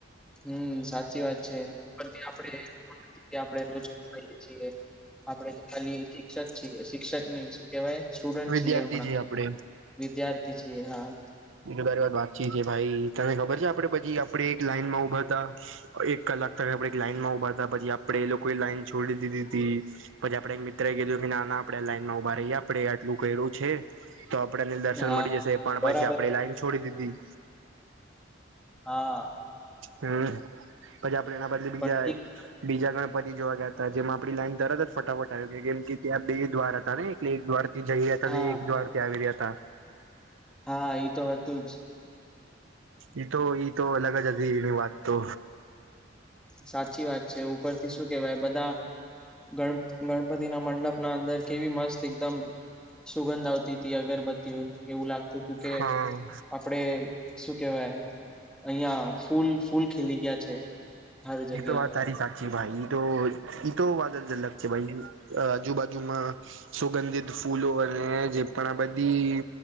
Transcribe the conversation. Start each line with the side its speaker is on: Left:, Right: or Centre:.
Centre: હમમ સાચી વાત છે પણ ત્યાં આપણે આપણે રોજ ખવાએ છીએ. આપડે તો ખાલી શિક્ષક છીએ, શિક્ષક નય શું. કેવાય સ્ટુડન્ટ
Right: વિદ્યાર્થી
Centre: છીએ હમણાં
Right: આપણે
Centre: વિદ્યાર્થી છીએ હા.
Right: એ તો બારી બાકી છે ભાઈ તને ખબર છે આપડે પછી આપણે એક લાઈનમાં ઉભા તા. એક કલાક તા આપણે એક લાઈન માં ઉભાતા પછી આપડે એ લોકોએ લાઈન છોડી દીધી તી. પછી આપણે એક મિત્ર એ કીધું કે ના ના આપડે લાઈન માં ઉભા રહીએ આપડે પેલું કર્યું છે તો આપડે ને દર્શન
Centre: હા
Right: મળી જશે પણ
Centre: બરાબર
Right: પછી આપણે લાઈન છોડી દીધી.
Centre: હા.
Right: હમમ પછી આપડે એના બદલે બીજા
Centre: પણ એ-
Right: બીજા ગણપતિ જોવા ગીતા જેમાં આપડી લાઈન તરત જ ફટાફટ લાગી કેમ કે ત્યાં બે દ્વાર હતા ને એટલે એક દ્વાર થી જઈ રહ્યા હતા
Centre: હા
Right: એક દ્વાર થી આવી રહ્યા હતા.
Centre: હા ઈ તો હતું જ.
Right: ઈ ઈ તો અલગ જ હતી એની વાત તો
Centre: સાચી વાત છે ઉપરથી શું કેવાય બધા ગણ ગણ ગણપતિ ના મંડપના અંદર કેવી મસ્ત એકદમ સુગંધ આવતી તી અગરબત્તીઓની એવું લાગતું હતું કે
Right: હા
Centre: આપડે શું કેહેવાય અહિયાં ફૂલ ફૂલ ખીલી ગીયા છે. હર જગ્યા
Right: એ તો વાત તારી સાચ જી ભાઈ ઈ તો ઈ તો વાત જ અલગ છે ભાઈ આજુબાજુમાં સુગંધિત ફૂલો અને જે પણ આ બધી